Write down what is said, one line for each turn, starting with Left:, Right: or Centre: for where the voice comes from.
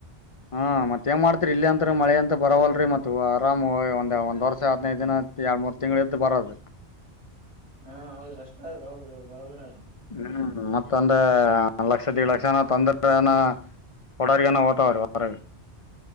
Left: ಹಾ ಮತ್ತೇನ್ ಮಾಡ್ತರಿ ಇಲ್ಲಿ ಅಂತ್ರ ಮಳೆ ಅಂತ ಬರವಲ್ರಿ ಮತ್ತ ಆರಾಮ್ ಒಂದ ಒಂದ ವರ್ಷ ಹದಿನೈದು ದಿನ ಎರಡು ಮೂರು ತಿಂಗಳು ಇದ್ದು ಬರೋದು
Right: ಹಾ ಹೌದ್ರ್ ಅಷ್ಟ ಆದ್ರರು ಹೌದ್ರ ಬರೋಬರ ಅ
Left: ಹ್ಮ್ ಮತ್ತ ಅಂದ್ರೆ ಲಕ್ಷ ದೀಡ್ ಲಕ್ಷನ ತೊಂದ್ರನ <inaudible> ಕೊಡರಿಗನಾ ಹೋತ ಅವ್ರ ಹೊರ